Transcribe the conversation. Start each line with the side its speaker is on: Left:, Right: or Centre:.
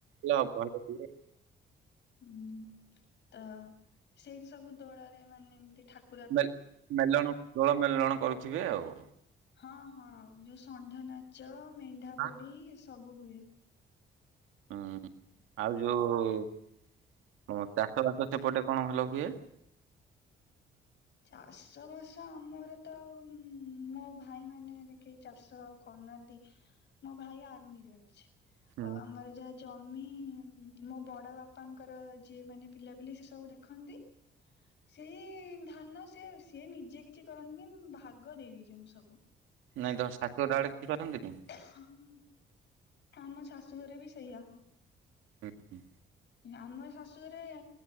Right: ଭଲ, ଭଲ କିରେ
Left: ହୁଁ ତ ସେଇଠି ସବୁ ଦୋଳରେ ମାନେ ଏମତି ଠାକୁ
Right: ମେଲ-ମେଲଣ ଦୋଳ ମେଲଣ କରୁଥିବେ ଆଉ।
Left: ହଁ ହଁ ଯୋଉ ଷଣ୍ଢ ନାଚ, ମେଣ୍ଢା
Right: ହଁ
Left: ପୋଡି ସବୁ ହୁଏ।
Right: ହୁଁ ଆଉ ଯୋଉ ଚାଷ ବାସ ସେପଟେ କଣ ଭଲ ହୁଏ?
Left: ଚାଷ ବାସ ଆମର ତ ଆଉ ମୋ ଭାଇ ମାନରେ କେହି ଚାଷ ଆଉ କରୁନାହାନ୍ତି। ମୋ ଭାଇ ଆର୍ମିରେ ଅଛି,
Right: ହୁଁ
Left: ଆଉ ଆମର ଯ ଜମି ମୋ ବଡ଼ ବାପାଙ୍କର ଯିଏ ମାନେ ପିଲା ପିଲି ସେ ସବୁ ଦେଖନ୍ତି। ସେଇ ଧାନ ସେ ସେ ନିଜେ କିଛି କରନ୍ତିନି ଭାଗ ଦେଇ ଦେଇଛନ୍ତି ସବୁ।
Right: ନାଇଁ ତମ ଶାଶୁ ଘର ଆଡ଼େ କେହି କରନ୍ତିନି।
Left: ହୁଁ ଆମ ଶାଶୁଘରେ ବି ସେଇଆ।
Right: ହୁଁ ହୁଁ।
Left: ଆମ ଶାଶୁରେ